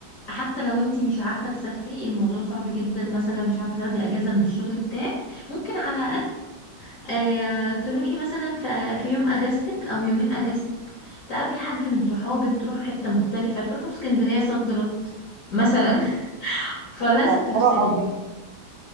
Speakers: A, on the left (about 65°); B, on the right (about 85°).
A: حتى لو انت مش عارفه تسافري الموضوع صعب جدا مثلا مش عارفه تاخدي اجازه من الشغل بتاعك ممكن على الاقل آه، تروحي مثلا في في يوم اجازتك او يومين اجازتك تقابلي حد من صحابك تروح حتة مختلفة تروحوا اسكندرية صد رد مثلا <laughs> فلازم
B: ايوه
A: تفصلي
B: حلو قوي